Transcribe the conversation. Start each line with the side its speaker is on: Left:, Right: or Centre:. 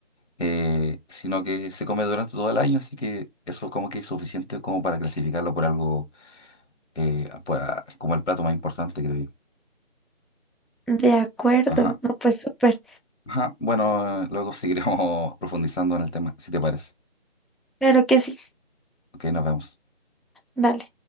Left: eh, sino que se come durante todo el año, así que eso como que es suficiente como para clasificarlo por algo, eh, pues, ah, como el plato más importante, creo yo.
Centre: de acuerdo.
Left: Ajá,
Centre: No, pues súper.
Left: ajá, bueno, luego seguiremos <laughs> profundizando en el tema, si te parece.
Centre: Claro que sí.
Left: Ok, nos vemos.
Centre: Dale.